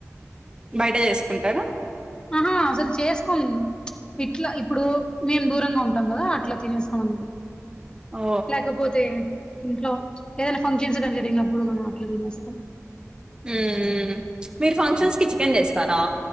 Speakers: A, on the right (about 15°); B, on the left (about 20°).
A: బయట చేసుకుంటారా
B: అహా అసలు చేసు కోము ఇట్లా ఇప్పుడు మేము దూరంగా ఉంటాం కదా అట్లా తినేస్తాం అంది
A: ఓ
B: లేకపోతే ఇంట్లో ఏదైనా ఫంక్షన్స్ గానీ జరిగినప్పుడు మనం అట్లా తినేస్తాం
A: ఉ మీరు ఫంక్షన్స్ కి చికెన్ చేస్తారా